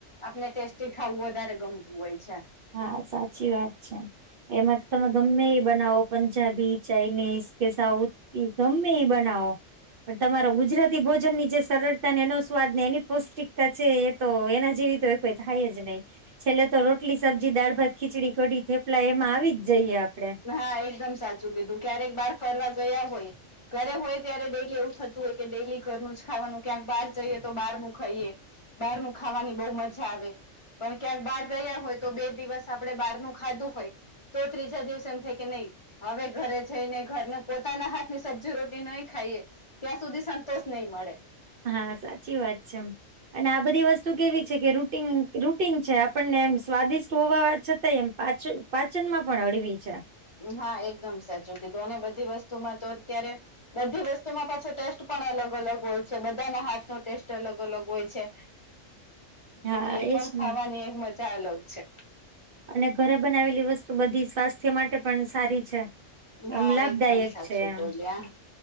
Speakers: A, on the left (about 25°); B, on the right (about 60°).
A: આપણે ટેસ્ટી ખાવું વધારે ગમતું હોય છે.
B: હા, સાચી વાત છે. એમાં તમે ગમે એ બનાવો, પંજાબી, ચાઇનીઝ કે સાઉથ. ગમે એ બનાવો. પણ તમારો ગુજરાતી ભોજનની જે સરળતા, એનો સ્વાદ ને એની પૌષ્ટિકતા છે. તો એના જેવી તો એ કોઈ થાય જ નહીં, છેલ્લે તો. રોટલી સબ્જી દાળ, ભાત, ખિચડી, કઢી, એમાં આવી જ જઈએ આપણે.
A: હા, એકદમ સાચું કીધું. ક્યારેક બહાર ફરવા ગયા હોય કે ઘરે હોય ત્યારે એવું થતું હોય. કે ડેલી ઘરનું જ ખાવાનું, ક્યાંક બહાર જઈએ તો બહારનું ખાઈએ. બહારનું ખાવાની બહુ મજા આવે. પણ ક્યાંક બહાર ગયા હોય તો બે દિવસ આપણે બહારનું ખાધું હોય, તો ત્રીજા દિવસે... હવે ઘરે જઈને ઘરના પોતાના હાથની સબ્જી-રોટલી નહીં ખાઈએ? ત્યાં સુધી સંતોષ નહીં મળે.
B: હા, સાચી વાત છે. અને આ બધી વસ્તુ કેવી છે કે રૂટિન છે આપણને, સ્વાદિષ્ટ હોવા છતાં એમ. પાચનમાં પણ હળવી છે.
A: હા. એકદમ સાચું કીધું અને બધી વસ્તુમાં તો અત્યારે... બધી વસ્તુમાં પાછો ટેસ્ટ પણ અલગ અલગ હોય છે. બધાનાં હાથનો ટેસ્ટ અલગ અલગ હોય છે.
B: હા
A: એટલે એ
B: એજ
A: પણ ખાવાની
B: ને
A: એક મજા અલગ છે.
B: અને ઘરે બનાવેલી વસ્તુ બધી સ્વાસ્થ્ય માટે પણ સારી છે. એમ
A: હા
B: લાભદાયક
A: એકદમ સાચું
B: છે એમ.
A: બોલ્યા.